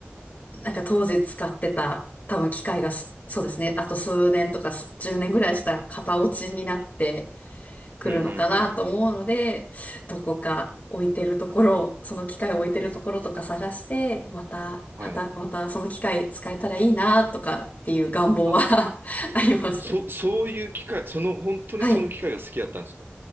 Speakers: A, on the left; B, on the right.
A: なんか当時使ってた多分機械がそ、そうですね、あと数年とかす10年ぐらいしたら型落ちになってくるのかなと思うので、
B: うん、うん、うん。
A: どこか置いてるところ、その機械を置いてるところとか探して、また、
B: はい。
A: はた、またその機械使えたらいいなとかっていう願望は
B: あ、
A: <laughs> あります。
B: そ、そういう機会、その、本当にその機会が好きだったんですか
A: はい。